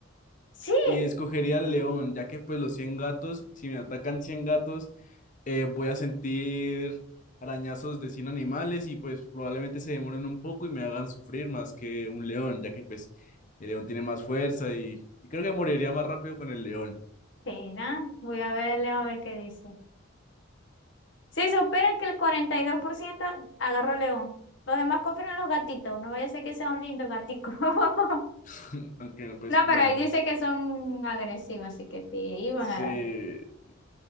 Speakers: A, on the left; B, on the left.
A: Sí,
B: y escogería el león, ya que pues los 100 gatos, si me atacan 100 gatos, eh, voy a sentir arañazos de 100 animales y pues probablemente se demoren un poco y me hagan sufrir más que un león, ya que pues el león tiene más fuerza y, y creo que moriría más rápido con el león.
A: será. Voy a ver el león a ver qué dice. Si supera que el 42% agarró león. Los demás confirman los gatitos. No vaya a ser que sea un lindo gatico. <laughs>
B: <laughs> Aunque pues
A: No, pero
B: bueno,
A: ahí dice que son agresivos, así que te iban
B: sí.
A: a dar.